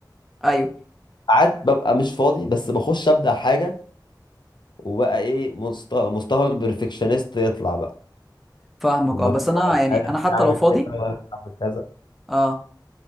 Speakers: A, in the centre; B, on the left.
A: ايوه
B: ساعات ببقى مش فاضي بس بخش أبدأ حاجة وبقى ايه مستوى مستوى البرفكشنست يطلع بقى
A: فاهمك
B: اللي
A: اه بس انا
B: هو
A: يعني
B: انا
A: انا
B: مش
A: حتى
B: هعمل
A: لو فاضي
B: كده ولا هعمل كذا
A: اه